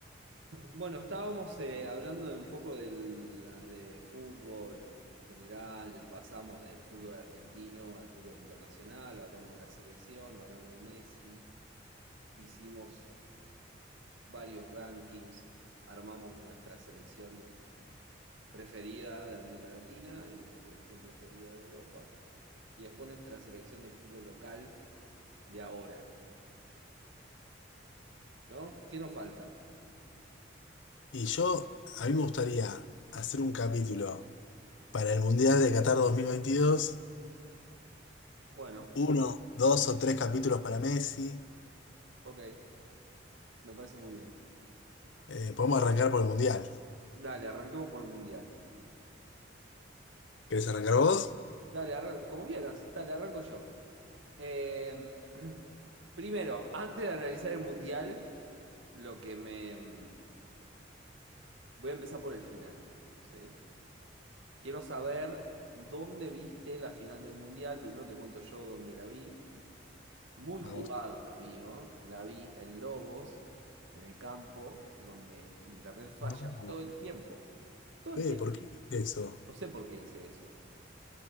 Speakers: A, on the right; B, on the left.
A: Bueno, estábamos eh, hablando de un poco del, de fútbol general, pasamos del fútbol argentino al fútbol internacional, hablamos de la selección, hablamos de Messi, hicimos varios rankings, armamos nuestra selección preferida de América Latina y nuestra selección preferida de Europa, y después nuestra selección del fútbol local de ahora, ¿no? ¿Qué nos falta?
B: Y yo, a mí me gustaría hacer un capítulo para el Mundial de Qatar 2022.
A: Bueno,
B: Uno, dos o tres capítulos para Messi.
A: ok, me parece muy bien.
B: Eh, podemos arrancar por el Mundial.
A: Dale, arranquemos por el Mundial.
B: ¿Querés arrancar vos?
A: Dale, arran- como quieras. Dale, arranco yo. Eh, <clears throat> primero, antes de analizar el mundial, lo que me... em, Voy a empezar por el final, ¿sí? Quiero saber dónde viste la final del mundial. Primero te cuento yo dónde la vi. Muy
B: Me
A: jugado
B: gusta.
A: lo mío. La vi en Lobos, en el campo, donde internet falla
B: No,
A: todo el tiempo. Todo
B: Fede,
A: el tiempo.
B: ¿por qué hiciste eso?
A: No sé por qué hice eso.